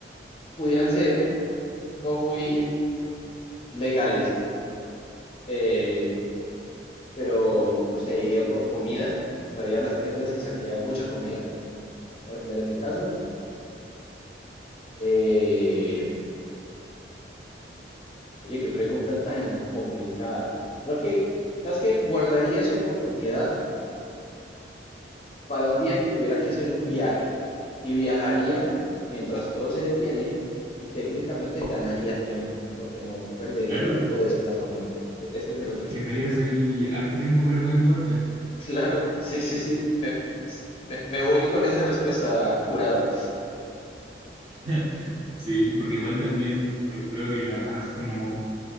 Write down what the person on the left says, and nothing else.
pudieran ser no muy legales, eh, pero no sé, iría por comida, entraría a las tiendas y sacaría mucha comida para tener en mi casa. Eh, oye, qué pregunta tan complicada. Creo que, ¿sabes qué? Guardaría esa oportunidad para un día que tuviera que hacer un viaje y viajaría mientras todo se detiene y técnicamente ganaría tiempo porque no perdería
tiempo desplazándome. E- Esa es mi respuesta.
Claro, sí, sí, sí. Me, me- me voy con esa respuesta, jurado.